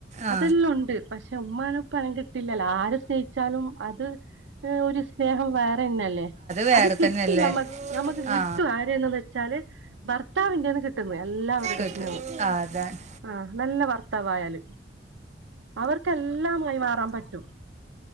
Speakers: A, on the right (about 40°); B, on the right (about 85°).
A: ആ
B: അതെല്ലാം ഉണ്ട് പക്ഷെ ഉമ്മാനൊ പന കിട്ടില്ലല്ലോ ആര് സ്നേഹിച്ചാലും അത് ഒരു സ്നേഹം വേറെന്നെല്ലേ
A: വേറെ
B: അത് കിട്ടും
A: തന്നെയല്ലേ
B: നമ്മ നമുക്ക് കിട്ടും
A: ആ
B: ആരെന്നന്ന് വെച്ചാല് ഭർത്താവിന്റെന്ന് കിട്ടും തേ എല്ലാവരുടെ
A: കിട്ടും
B: സ്നേവും
A: ആ, അതാണ്
B: ആ നല്ലവർ തായല് അവർക്കെല്ലാമായി മാറാൻ പറ്റും